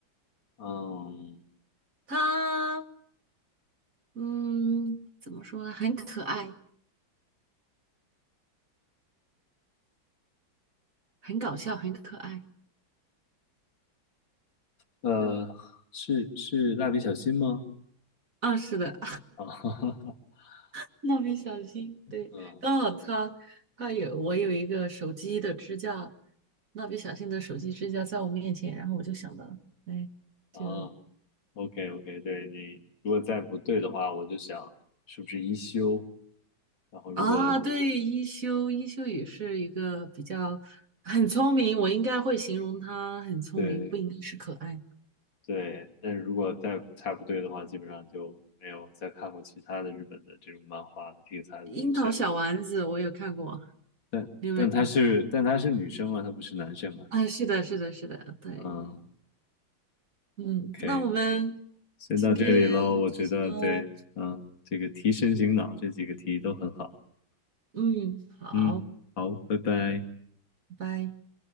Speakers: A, on the left; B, on the right.
A: 嗯。
B: 他，嗯，怎么说呢？很可爱，很搞笑，很可爱。
A: 呃，是是蜡笔小新吗？
B: 啊，是的。
A: 啊哈哈哈
B: <laughs> 蜡笔小新，
A: ，OK，
B: 对，
A: 嗯
B: 刚好他他有我有一个手机的支架，蜡笔小新的手机支架在我面前，然后我就想到了，哎，
A: 啊
B: 就
A: ，OK OK，对你如果再不对的话，我就想是不是一休，然后如果
B: 啊，对，一休一休也是一个比较很聪明，我应该会形容他很聪明，
A: 对
B: 不应该是可爱。
A: 对，但是如果再再不对的话，基本上就没有再看过其他的日本的这种漫画的题材的东西了。
B: 樱桃小丸子我有看过，
A: 但但她是但她是女生啊，
B: 你有没有看过？
A: 她不是男生啊。
B: 啊，是的，是的，是的，对，
A: 嗯
B: 嗯，
A: ，OK，
B: 那我们今天很开心哦，
A: 先到这里喽，我觉得对，嗯，这个提神醒脑这几个题都很好。
B: 嗯，好，
A: 嗯，好，拜拜。
B: 拜拜。